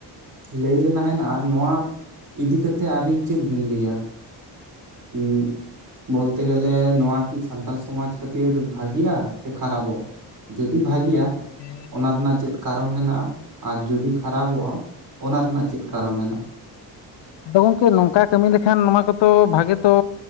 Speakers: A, on the right; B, on the left.
A: ᱞᱮᱭ ᱨᱮᱱᱟᱜ ᱦᱮᱱᱟᱜ-ᱟ, ᱱᱚᱣᱟ ᱤᱫᱤ ᱠᱟᱛᱮ ᱟᱵᱤᱱ ᱪᱮᱫ ᱵᱤᱱ ᱞᱮᱭᱟ? ᱩ ᱵᱳᱞᱛᱮ ᱜᱮᱞᱮ ᱱᱚᱣᱟ ᱠᱤ ᱥᱟᱱᱛᱟᱲ ᱥᱟ ᱥᱚᱢᱟᱡ ᱠᱷᱟᱹᱛᱤᱨ ᱵᱷᱟᱜᱤᱜ-ᱟ ᱥᱮ ᱠᱷᱟᱨᱟᱵᱚᱜ ᱡᱩᱫᱤ ᱵᱷᱟᱜᱮᱜ-ᱟ
B: ᱵᱟᱝ ᱜᱚᱝᱠᱮ
A: ᱚᱱᱟ ᱨᱮᱱᱟᱜ ᱪᱮᱫ ᱠᱟᱨᱚᱱ ᱦᱮᱱᱟᱜ-ᱟ ᱟᱨ ᱡᱩᱫᱤ ᱠᱷᱟᱨᱟᱵᱚᱜ-ᱟ ᱚᱱᱟ ᱨᱮᱱᱟᱜ ᱪᱮᱛ ᱠᱟᱨᱚᱱ ᱦᱮᱱᱟᱜ-ᱟ?
B: ᱟᱫᱚ ᱜᱚᱝᱠᱮ ᱱᱚᱝᱠᱟ ᱠᱟᱹᱢᱤ ᱞᱮᱠᱷᱟᱱ ᱱᱚᱣᱟ ᱠᱚᱛᱚ ᱵᱷᱟᱜᱮ ᱛᱚ